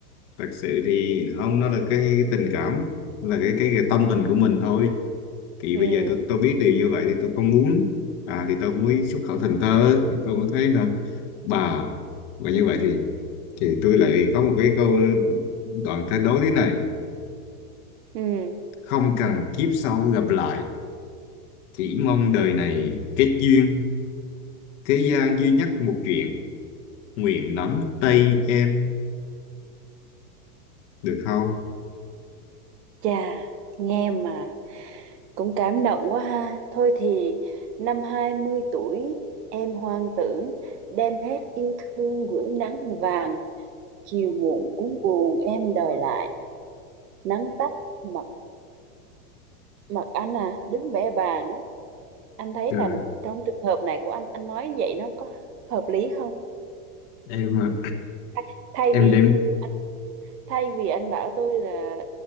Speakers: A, on the left; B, on the right.
A: thật sự thì không nó là cái tình cảm là cái cái, cái tâm tình của mình thôi thì
B: ừ
A: bây giờ tôi tôi biết điều như vậy thì tôi không muốn à thì tôi muốn xuất khẩu thành thơ thì tôi mới thấy là bà và như vậy thì thì tôi lại có một cái câu đoạn thơ đối thế này
B: ừ
A: không cần kiếp sau gặp lại chỉ mong đời
B: ừ
A: này kết duyên thế gian duy nhất một chuyện nguyện nắm tay em được không
B: chà nghe mà cũng cảm động quá ha thôi thì năm 20 tuổi em hoang tưởng đem hết yêu thương gửi nắng vàng chiều muộn cuống cuồng em đòi lại nắng tắt mặt mặt anh à đứng bẽ bàng đó anh thấy
A: trời
B: là trong trường hợp này của anh anh nói như vậy nó có hợp lý không
A: em mà
B: Thay thay
A: em
B: vì
A: đem
B: anh thay vì anh bảo tôi là